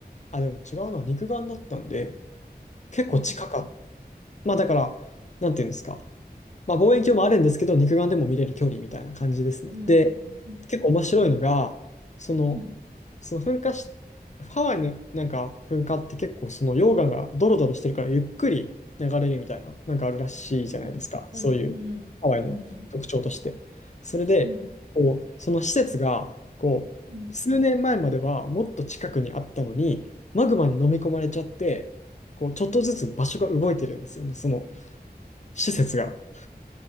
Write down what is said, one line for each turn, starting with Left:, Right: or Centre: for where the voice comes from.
Left: あ、でも違うな、肉眼だったんで、結構近かった。
Right: うん。うん。
Left: まあ、だから、なんていうんですか。まあ、望遠鏡もあるんですけど、肉眼でも見れる距離みたいな感じですね。
Right: うん。うん。
Left: で、結構面白いのが、その、
Right: うん。
Left: その噴火し、ハワイのなんか噴火って結構その溶岩がドロドロしてるからゆっくり流れるみたいな、なんかあるらしいじゃないですか。
Right: うん、うん、
Left: そういうハワイの特徴として。
Right: うん、うん、
Left: それで、
Right: うん、
Left: こう、その施設が、こう、
Right: うん。
Left: 数年前まではもっと近くにあったのに、マグマに飲み込まれちゃって、こう、ちょっとずつ場所が動いてるんですよね、その施設が。